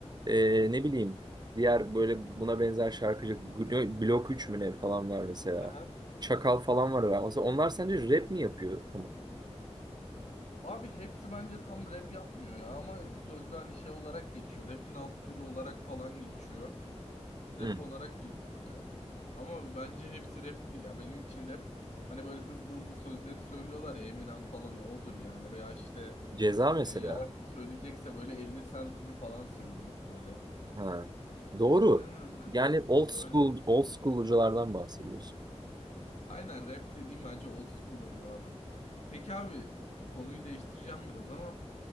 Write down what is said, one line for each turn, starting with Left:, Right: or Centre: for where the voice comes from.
Right: e, ne bileyim diğer böyle buna benzer şarkıcı Glo- Blok 3 mü ne falan var mesela.
Left: Aha.
Right: Çakal falan var. ya. Mesela onlar sence rap mi yapıyor? Tamam.
Left: Abi hepsi bence tam rap yapmıyor ya ama sözde hani şey olarak geçiyor. Rap'in alt türü olarak falan geçiyor. Rap
Right: Hı.
Left: olarak geçiyor yani. Ama bence hepsi rap değil ya. Benim için rap hani böyle hızlı hızlı sözleri söylüyorlar ya Eminem falan odur yani. Veya işte
Right: Ceza mesela.
Left: e, yavaş söyleyecekse böyle 50 Cent gibi falan söyleyecek böyle.
Right: Ha. Doğru.
Left: Nı nı nı
Right: Yani
Left: nı.
Right: old school
Left: Öyle.
Right: old school'culardan bahsediyorsun.
Left: Aynen rap dediğim bence old school olur abi. Peki abi konuyu değiştireceğim biraz ama